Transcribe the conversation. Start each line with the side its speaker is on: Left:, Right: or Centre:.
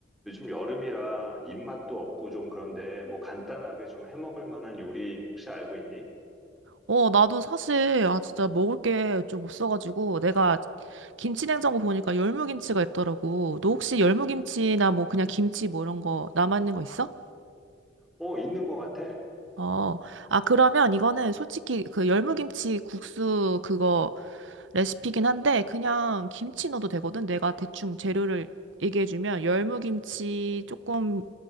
Centre: 요즘 여름이라 입맛도 없고 좀 그런데 뭐 간단하게 좀 해먹을 만한 요리 혹시 알고 있니?
Right: 어, 나도 사실, 아, 진짜 먹을 게 좀 없어가지고, 내가 김치냉장고 보니까 열무김치가 있더라고. 너 혹시 열무김치나 뭐 그냥 김치 뭐 이런 거 남아있는 거 있어?
Centre: 어, 있는 것 같아.
Right: 어, 아, 그러면 이거는 솔직히 그 열무김치 국수 그거 레시피긴 한데, 그냥 김치 넣어도 되거든? 내가 대충 재료를 얘기해주면, 열무김치 조금